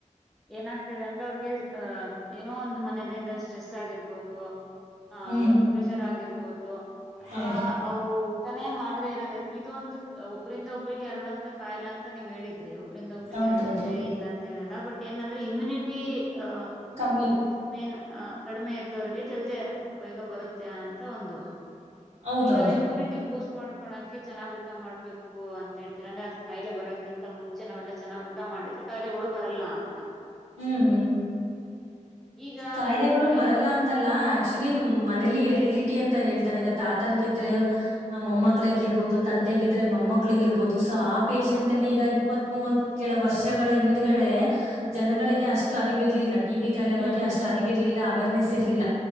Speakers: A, in the centre; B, on the right.
A: ಏನಾಗ್ತಿದೆ ಅಂದ್ರೆ ಅವ್ರಿಗೆ ಅಹ ಏನೋ ಒಂದ ಮನೇಲಿಂದ ಸ್ಟ್ರೆಸ್ ಆಗಿರ್ಬೋದು. ಹ
B: ಹ್ಮ್
A: ವರ್ಕ್ ಪ್ರೆಷರ್ ಆಗಿರ್ಬೋದು ಅಥವಾ
B: ಹೌದು
A: ಅವರು ಊಟನೇ ಮಾಡ್ದೇ ಇರೋದ. ಇ ಒಂದು. ಒಬ್ಬರಿಂದ ಒಬ್ಬ್ರಿಗೆ ಎರಡು ಅಂತ ಕಾಯಲಾ ಅಂತ ನೀವ್ ಹೇಳಿದ್ರಿ. ಒಬ್ಬ್ರಂದ ಒಬ್ಬ್ರಿಗೆ
B: ಹೌದೌದು
A: ಹರಡುತ್ತೆ ಇಲ್ಲ ಅಂತ ಹೇಳಲ್ಲ ಬಟ್. ಏನಂದ್ರೆ ಇಮ್ಯುನಿಟಿ. ಆ
B: ಕಮ್ಮಿ
A: ಮೇನ್. ಕಡಿಮೆ ಇದ್ದವ್ರಿಗೆ ಜಲ್ದಿ ಬೇಗ ಬರುತ್ತೆ ಅಂತ ಒಂದು.
B: ಹೌದೌದು
A: ಈಗ ಇಮ್ಯುನಿಟಿ ಬೂಸ್ಟ್. ಮಾಡ್ಕೋಳಕೆ ಚೆಾಗ್. ಊಟ ಮಾಡ್ಬೇಕು ಅಂತ ಹೇಳ್ತೀರ ಅಂದ್ರೆ ಅದ್ ಕಾಯಿಲೆ ಬರಕ್ಕಿಂತ ಮುಂಚೆ ನಾವೆಲ್ಲ ಚೆನ್ನ್ ಊಟ ಮಾಡಿದ್ರೆ ಕಾಯಿಲೆಗಳು ಬರಲ್ಲ ಅಂತ.
B: ಹ್ಮ್ ಹ್ಮ್.
A: ಈಗ
B: ಕಾಯಿಲೆಗಳು
A: ಕಾಯಿಲೆ
B: ಬರಲ್ಲ ಅಂತಲ್ಲ. ಆಕ್ಚುಲಿ
A: ಹ್ಮ್
B: ಮನೇಲಿ ಎರಡು. ಅಂತ ಹೇಳ್ತಾರೆ ಈಗ. ತಾತನಗ ಇದ್ರೆ
A: ಹ್ಮ್
B: ಮೊಮ್ಮಕ್ಕಳಗ
A: ಹ್ಮ್
B: ಇರ್ಬಹದು. ತಂದೆಗಿದ್ರೆ ಮೊಮ್ಮಕ್ಳಿಗ ಇರ್ಬಹದು ಸೊ ಆ ಪೇಶೆಂಟ್ ಅಲ್ಲಿ ಈಗ ಇಪ್ಪತ್ ಮೂವತ್ ಕೆಲ ವರ್ಷಗಳ ಹಿಂದಗಳೇ. ಜನಗಳಿಗೆ
A: ಹ್ಮ್
B: ಅಷ್ಟು ಅರಿವಿರ್ಲಿಲ್ಲ ಟಿ ಬಿಿ ಕಾಯಿಲೆ
A: ಹ್ಮ್
B: ಬಗ್ಗೆ. ಅಷ್ಟ
A: ಹ್ಮ್
B: ಅರಿವಿ ಇರಲಿಲ್ಲ ಅವರು. ನಿಸಸ್ ಇರ್ಲಿಲ್ಲ.